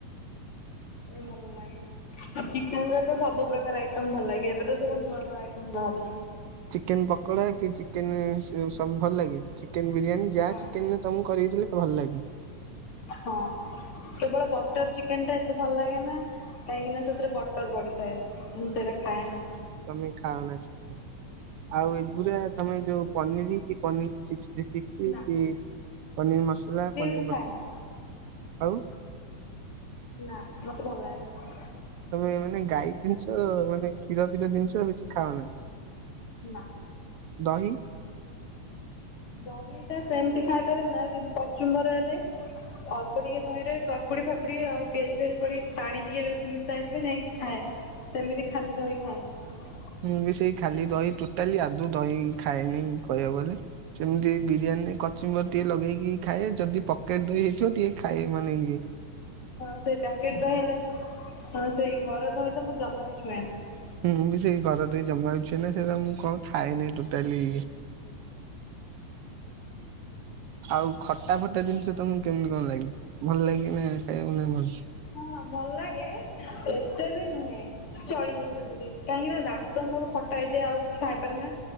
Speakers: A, on the left; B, on the right.
A: ଏ ଭଲ ଲାଗେ। ଆଉ ଚିକେନରେ ତ ସବୁ ପ୍ରକାର ଆଇଟମ୍ ଭଲଲାଗେ ଏବେ ତ ସବୁ ନୂଆନୂଆ ଆଇଟମ ବାହାରୁଚି।
B: ଚିକେନ ପକଡା କି ଚିକେନ ସିଏ-ସବୁ ଭଲଲାଗେ। ଚିକେନ୍ ବିରିୟାନୀ ଯାହା
A: ହଁ
B: ଚିକେନରେ ତମକୁ କରିକି ଦେଲେ ଭଲ ଲାଗେ?
A: ହଁ କେବଳ ବଟର୍ ଚିକେନଟା ଏତେ ଭଲ ଲାଗେନା କାହିଁକି ନା ସେଥିରେ ବଟର ପଡିଥାଏ ମୁଁ ସେଇଟା ଖାଏ ନା
B: ତମେ ଖାଅନା ଚିକେନ୍। ଆଉ ଏଗୁଡା ତମେ ଯୋଉ ପନିରୀ କି ପନିର ଚିକେ ଟିକି
A: ନା
B: କି ପନିର ମସଲା ପନିର
A: ମୁଁ ଖାଏ
B: ମ-ଆଉ?
A: ନା। ନା ମତେ ଭଭ ଲଗେନା।
B: ଓ ମାନେ ଗାଈ ଜିନିଷ ମାନେ କ୍ଷୀର ଫିର ଜିନିଷ କିଛି ଖାଅନା।
A: ନା
B: ଦହି
A: ଦହିଟା ସେମିତି ଖାଇପାରେ ନା କିନ୍ତୁ କଚୁମ୍ବର ହେଲେ ଅଳ୍ପ ଟିକେ ଦହିରେ କାକୁଡି ଫାକୁୁଡି ଆଉ ପିଆଜ ଫିଆଜ ପଡି ପାଣି ଟିକେ ବେଶୀ ମିଶା ହେଇଥିଲେ ଯାଇକି ଖାଏ, ସେମିତି ଖାଲି ସେ ଖଏ <unintelligible>
B: ମୁଁ ବି ସେଇ ଖାଲି ଦହି ଟୋଟାଲି ଆଦୌ ଦହି ଖାଏନି କହିବାକୁ ଗଲେ, ସେମିତି ବିରିୟାନୀ କଚୁମ୍ବର ଟିକେ ଲଗେଇକି ଖାଏ ଯଦି ପକେଟ ଦହି ହେଇଥିବ ଟିକେ ଖାଏ, ମାନେେ
A: ହଁ ସେଇ ପ୍ୟାକେଟ ଦହି ହେଲେ, ହଁ ସେଇ ଘର ଦହିତ ମୁଁ ଜମା ବି ଛୁଏ ନା ।
B: ମୁଁ ବି ସେଇ ଘର ଦହି ଜମା ବି ଛୁଏଁନା, ସେଇଟା ମୁଁ କଣ ଖାଏନି ଟୋଟାଲି <inaudible> ଆଉ ଖଟା ଫଟା ଜିନିଷ ତମକୁ କେମିତି କଣ ଲାଗେ? ଭଲ ଲାଗେ ନା ଖାଇବାକୁ ନାଇଁ ଭଲ
A: ହଁ ଭଲ ଲାଗେ, ଏତେ ବି ନୁହେଁ, ଚଳିବ ସେମିତି, କାହିଁକି ନା -ଦାନ୍ତ ମୋର ଖଟା ହେଇଯାଏ, ଆଉ କିଛି ଖାଇପାରେନା,